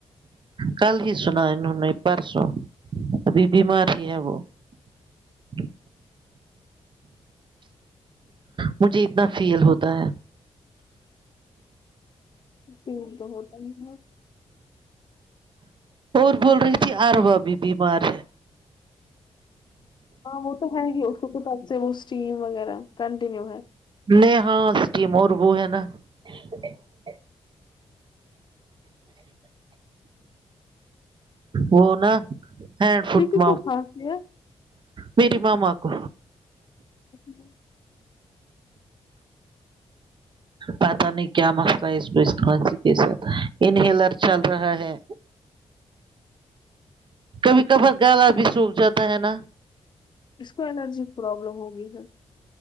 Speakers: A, on the right; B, on the left.
A: کل ہی سنا انہوں نے پرسو ابھی بیمار ہی ہے وہ <inaudible> مجھے اتنا فیل ہوتا ہے
B: یہ تو ہوتا ہی ہے
A: اور بول رہی تھی اروا بھی بیمار ہے
B: ہاں وہ تو ہے ہی اس کو تو تب سے وہ اسٹیم وغیرہ کنٹینیو ہے
A: نہیں ہاں اسٹیم اور وہ ہے نا <inaudible> وہ نا ہینڈ فٹ
B: لیکن
A: مت
B: کو کھانسی ہے
A: میری مما کو
B: <inaudible>
A: پتا نہیں کیا مسئلہ ہے اس کو اس کھانسی کے ساتھ انہیلر چل رہا ہے کبھی کبھار گلا بھی سوکھ جاتا ہے نا
B: اس کو الرجی پروابلم ہوگیی ہے